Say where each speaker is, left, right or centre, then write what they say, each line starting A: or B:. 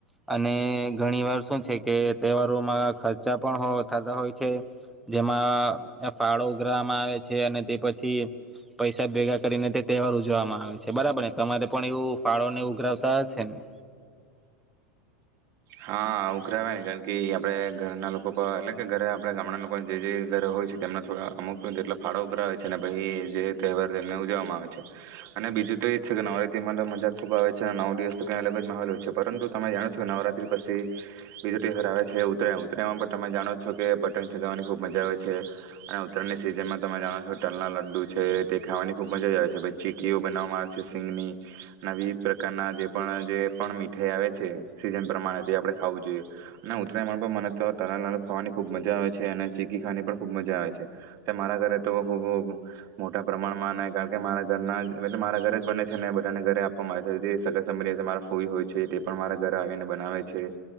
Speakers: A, in the centre; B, on the right (about 40°).
A: અને ઘણી વાર શું છે કે તહેવારોમાં ચા પણ થતા હોય છે જેમાં ફાળો ઉઘરાવામાં આવે છે. અને તે પછી પૈસા ભેગા કરીને તે તહેવાર ઉજવવામાં આવે છે બરાબર ને તમારે પણ એવું ફાળોને ઉઘરાવતા હશે ને?
B: હા ઉઘરાવે ને કારણ કે આપડે ઘરના લોકો પણ એટલે કે ઘરે આપડ ગામડા લોકો જે ઘરે હોય છે તેમના થોડા અમુક જેટલા ફાળો ઉઘરાવે છે ને પછી જે તહેવાર તેમને ઉજવવામાં આવે છે અને બીજું તો એ જ છે કે નવરાત્રી માં મજા ખુબ આવે છે અને નવ દિવસ તો કંઈ અલગ જ માહોલ હોય છે પરંતુ તમે જાણો છો કે નવરાત્રી <inaudible> વિજેતા હરાવે છે ઉત્તરાયણ ઉત્તરાણમાં પણ તમે જાણો છો કે પટંગ ચગાવવાની ખૂબ મજા આવે છે અને ઉત્તરાણની સિઝનમાં તમે જાણો છો તલના લડ્ડુ છે તે ખાવાની ખૂબ મજા આવે છે પછ ચીકીઓ બનાવવામાં આવે છે શિંગની અને વિધ પ્રકારના જે પણ જે પણ મીઠાઈ આવે છે સીઝન આપણે ખાવું જોઈએ અને ઉત્તરાયણ પર મને તો તલા લ ખાવાની ખૂબ મજા આવે છે અને ચીકી ખાની પણ ખૂબ મજા આવે છે એ મારા ઘરે તો ખૂબ મોટા પ્રમાણમાં ન કારણ કે મારા ઘરના મારા ઘરે જ બને છે અનેને બધાને ઘરે આપવામાં આવે છે સગ સંભી છે મારા ફૂઈ હોય છે તે પણ મારા ઘરે આવીને બનાવે છે